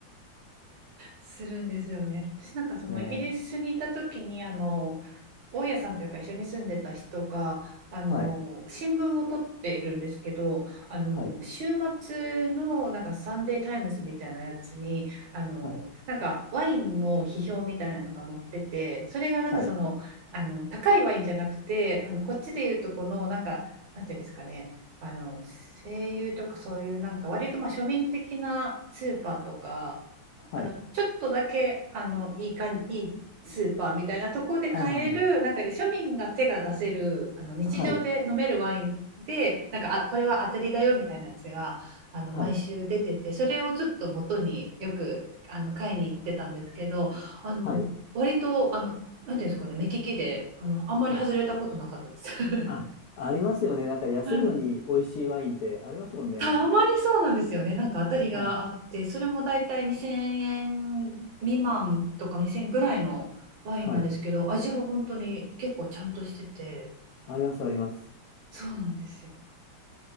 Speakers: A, on the right; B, on the left.
A: するんですよね。私なんかそのイギリスにいた時にあの
B: ねえ。
A: 大家さんというか一緒に住んでた人があの新聞を取っているんですけどあの週末のなんかサンデータイムズみたいなやつにあのなんかワインの批評みたいなのが載っててそれがなんかそのあの高いワインじゃなくてあのこっちでいうとこのなんかなんていうんですかねあの声優とかそういうなんか割とまあ庶民的なスーパーとか
B: はい。はい。はい。はい。はい。
A: あのちょっとだけあのいいかんいいスーパーみたいなところで買えるなんか庶民が手が出せるあの日常で飲めるワインでなんかあこれは当たりだよみたいなやつがあの毎週出ててそれをちょっと元によくあの買いに行ってたんですけどあの割とあのなんていうんですかね目利きであのあんまり外れたことなかったです。
B: ああ。はい。はい。はい。はい。
A: <laughs>
B: あ、ありますよね。なんか安いのに美味しいワインってありますもんね。
A: うんたまにそうなんですよね。なんか当たりがあって、
B: はい。
A: それもだいたい2000円未満とか2000円ぐらいのワインなんですけど、
B: はい。
A: 味は本当に結構ちゃんとしてて、
B: あります、あります。
A: そうなんですよ。